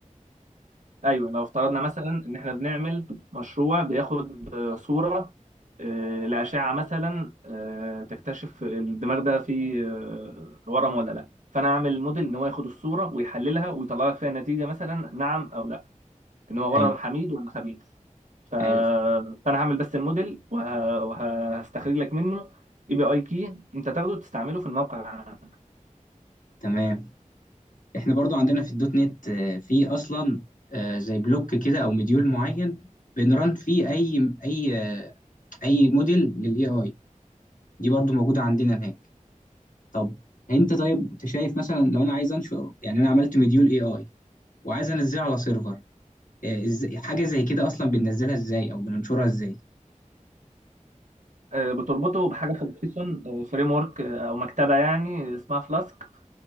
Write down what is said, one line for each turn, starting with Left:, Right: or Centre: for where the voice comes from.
Right: ايوه لو افترضنا مثلا ان احنا بنعمل مشروع بياخد آه، صوره آه، لاشعه مثلا آه، تكتشف الدماغ ده فيه آه، ورم ولا لا فانا اعمل موديل ان هو ياخد الصوره ويحللها ويطلع لك فيها نتيجه مثلا نعم او لا ان هو ورم
Left: ايوه
Right: حميد ولا خبيث ف...
Left: ايوه فاهم.
Right: فانا هعمل بس الموديل وه... وهستخرج لك منه اي بي اي كي انت تاخده تستعمله في الموقع
Left: تمام احنا برضو عندنا في الدوت نت آه، في اصلا آه، زي بلوك كده او مديول معين بنرن فيه اي اي آه، اي موديل للاي اي دي برضو موجوده عندنا هناك طب انت طيب انت شايف مثلا لو انا عايز انشر يعني انا عملت مديول اي اي وعايز انزله على سيرفر آه، ازاي حاجه زي كده اصلا بننزلها ازاي او بننشرها ازاي
Right: آه، بتربطه بحاجه في البايثون فريم ورك او framework، آه، أو مكتبه يعني اسمها فلاسك